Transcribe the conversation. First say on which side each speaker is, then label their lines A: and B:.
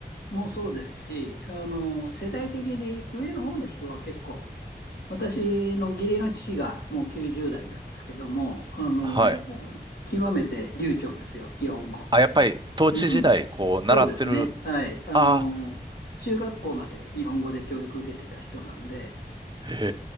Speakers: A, on the left; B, on the right.
A: もそうですし、あの、世代的に上の方の人は結構私の義理の父がもう90代なんですけども、あの、
B: はい。
A: 極めて流暢ですよ、日本語。
B: あ、やっぱり、統治時代、
A: うん、
B: こう、
A: そうですね。
B: 習ってる、
A: はい。あの、
B: あ
A: 中学校まで日本語で教育受けてた人なんで、
B: あ、へ